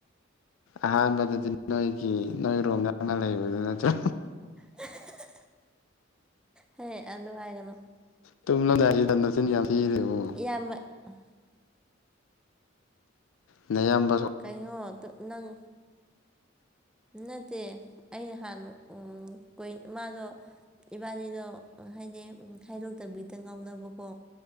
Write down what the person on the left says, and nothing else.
ꯑꯍꯥꯟꯕꯗꯗꯤ ꯅꯣꯏꯒꯤ ꯅꯣꯏꯔꯣꯝ ꯅꯪꯅ ꯂꯩꯕꯗꯨ ꯅꯠꯇ꯭ꯔꯦ
ꯇꯨꯝꯂꯝꯗꯥꯏꯁꯥꯗ ꯅꯤꯡꯊꯤꯔꯕ ꯌꯥꯝ ꯊꯤꯂꯤꯕꯣ
ꯅꯌꯥꯝꯕ